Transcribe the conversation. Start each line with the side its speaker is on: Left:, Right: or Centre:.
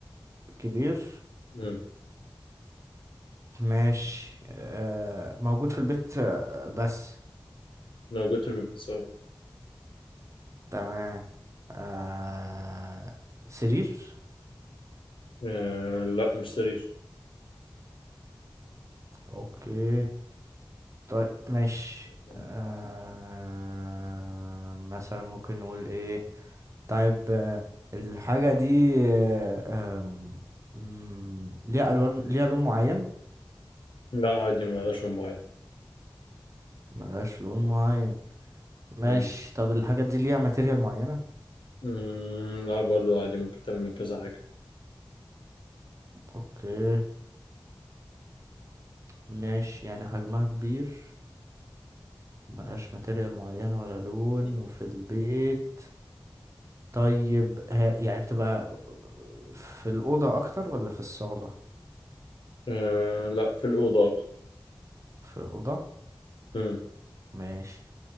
Right: كبير
Left: امم
Right: ماشي آه موجود في البيت آه بس
Left: موجود في البس اه
Right: تمام آه سرير
Left: آه، لا مش سرير
Right: اوكي طيب ماشي
Left: يعني.
Right: آه مثلا ممكن نقول ايه طيب آه الحاجة دي آه آم، مم، ليها ألوان ليها لون معين
Left: لا عادي ما لهاش لون معين
Right: ملهاش لون معين ماشي
Left: مم.
Right: طب الحاجة دي ليها ماتيريال معينة
Left: مم، لا برضو عادي ممكن تعمل من كذا حاجة
Right: اوكي ماشي يعني حجمها كبير ملهاش ماتيريال معينة ولا لون
Left: مم.
Right: وفي البيت طيب ها يعني بتبقى في الأوضة أكتر ولا في الصالة؟
Left: آه لا في الأوضة أكتر
Right: في الأوضة
Left: مم.
Right: ماشي